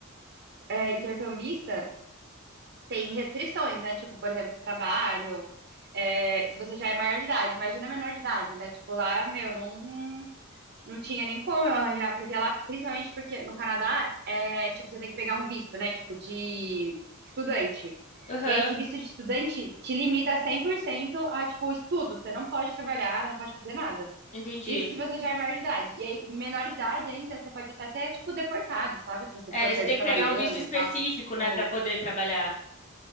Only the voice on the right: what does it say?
é, intercambista tem restrições, né? Tipo, por exemplo, trabalho. é, se você já é maior de idade, imagina menor de idade, né? Tipo, lá, meu, não, não tinha nem como eu arranjar, porque lá, principalmente porque no Canadá, é, tipo, você tem que pegar um visto, né? Tipo, de estudante.
E aí, esse visto de estudante te limita 100% a, tipo, estudo. Você não pode trabalhar, não pode fazer nada.
Isso se você já é maior de idade. E aí, menor de idade ainda, você pode até ser, tipo, deportado, sabe? Se você
for
pego
trabalhando
e tal. Tipo,